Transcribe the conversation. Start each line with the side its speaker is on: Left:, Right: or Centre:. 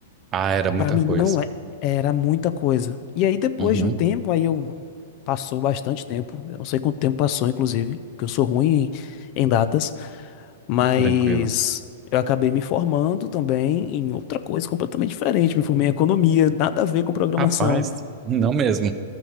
Right: Ah, era muita
Left: para mim
Right: coisa.
Left: não é- era muita coisa. E aí depois
Right: Uhum,
Left: de um tempo, aí eu passou bastante tempo, eu não sei quanto tempo passou, inclusive, porque eu sou ruim em em datas. Mas
Right: tranquilo.
Left: eu acabei me formando também em outra coisa completamente diferente. Me formei em economia, nada a ver com programação.
Right: Rapaz, não mesmo.